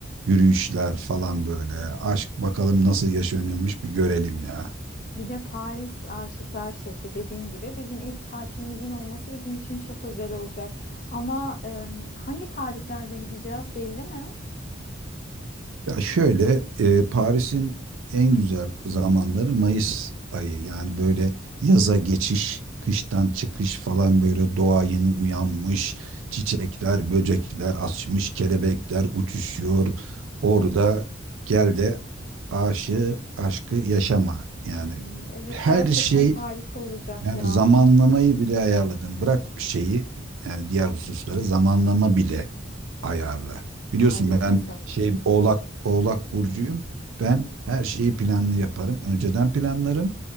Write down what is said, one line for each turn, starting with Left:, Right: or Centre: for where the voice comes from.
Right: yürüyüşler falan böyle. Aşk bakalım nasıl yaşanıyormuş bir görelim ya.
Left: Bir de Paris Aşıklar Şehri dediğin gibi bizim ilk tatilimizin olması bizim için çok özel olacak. Ama e, hangi tarihlerde gideceğiz belli mi?
Right: Ya şöyle e, Paris'in en güzel zamanları Mayıs ayı. Yani böyle yaza geçiş, kıştan çıkış falan böyle doğa yeni uyanmış. Çiçekler, böcekler açmış, kelebekler uçuşuyor. Orada gel de aşığı, aşkı yaşama. Yani
Left: E, Evet
Right: her
Left: gerçekten
Right: şey
Left: harika olacak
Right: yani
Left: ya.
Right: zamanlamayı bile ayarladım. Bırak şeyi yani diğer hususları zamanlama bile ayarla.
Left: Harikasın
Right: Biliyorsun ben şey Oğlak Oğlak burcuyum. Ben her şeyi planlı yaparım. Önceden planlarım